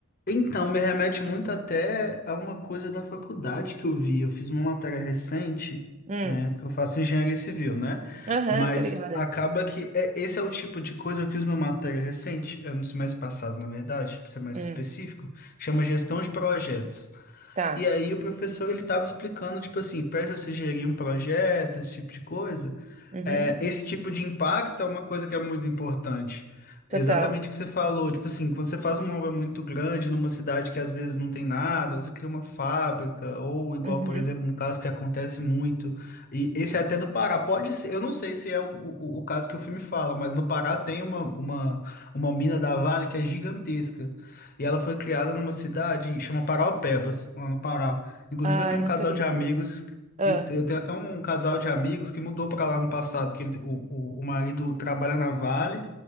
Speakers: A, on the left; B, on the right.
A: Então, me remete muito até a uma coisa da faculdade que eu vi. Eu fiz uma matéria recente,
B: Hum,
A: é, porque eu faço engenharia civil, né?
B: aham,
A: Mas
B: tô ligada.
A: acaba que é, esse é o tipo de coisa. Eu fiz uma matéria recente, é, no semestre passado, na verdade, para ser mais
B: Hum,
A: específico, que chama gestão de projetos.
B: tá.
A: E aí o professor ele estava explicando, tipo assim, para você gerir um projeto, esse tipo de coisa
B: Uhum,
A: é, esse tipo de impacto é uma coisa que é muito importante.
B: total.
A: Exatamente o que você falou. Tipo assim, quando você faz uma obra muito grande numa cidade que às vezes não tem nada, você cria uma fábrica, ou igual,
B: Uhum.
A: por exemplo, um caso que acontece muito. E esse é até do Pará. Pode ser, eu não sei se é o, o, o caso que o filme fala, mas no Pará tem uma, uma, uma mina da Vale que é gigantesca. E ela foi criada numa cidade, chama Paraopebas, lá no Pará. Inclusive,
B: Ai,
A: eu tenho
B: não
A: um casal
B: tô ligada.
A: de amigos
B: Ah,
A: Ent- Eu tenho até um casal de amigos que mudou pra lá no passado, que ele- o, o, o marido trabalha na Vale,